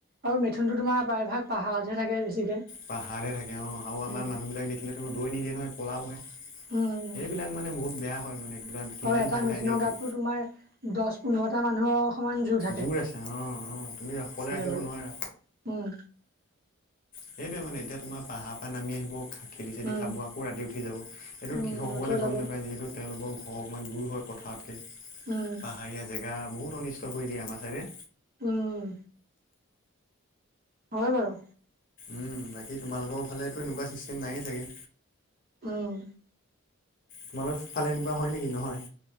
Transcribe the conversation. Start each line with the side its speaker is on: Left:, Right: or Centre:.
Right: আৰু মেথুনটো তোমাৰ প্ৰায়ভাগ পাহাৰতহে থাকে বেছিকে।
Left: পাহাৰতে থাকে অঁ আৰু আমাৰ
Right: উম
Left: মানুহ বিলাক দেখিলে তো ৰৈ নিদিয়ে নহয়, পলাবহে।
Right: উম উম
Left: এইবিলাক মানে বহুত বেয়া হয় মানে কিমান
Right: আৰু এটা
Left: ধান
Right: মেথেনৰ
Left: খাই দিয়ে কি
Right: গতটো তোমাৰ, দছ পোন্ধৰটা মানুহৰ সমান জুৰ থাক
Left: জুৰ আছে অঁ ও তুমি অকলে ৰাখিব
Right: গ'লে
Left: নোৱাৰা।
Right: উম।
Left: সেইটোৱে মানে এতিয়া তোমাৰ পাহাৰ পৰা নামি আহিব খেতি-চেদি
Right: উম
Left: খাব আকৌ ৰাতি উঠি যাব, সেইটোত
Right: উম
Left: কৃষক সকলে
Right: আকৌ যাব
Left: গম নাপায় যিহেতু তেওঁলোকৰ ঘৰ অকণমান দূৰ হয় পথাৰতকে।
Right: উম।
Left: পাহাৰীয়া জেগা বহুত অনিষ্ট কৰি দিয়ে, আমাৰ চাগে।
Right: উম। হয় বাৰু।
Left: উম বাকী তোমালোকৰ ফালেতো এনেকুৱা ছিষ্টেম নাইয়ে চাগে?
Right: উম।
Left: তোমালোকৰ ফালে এনেকুৱা হয় নেকি নহয়?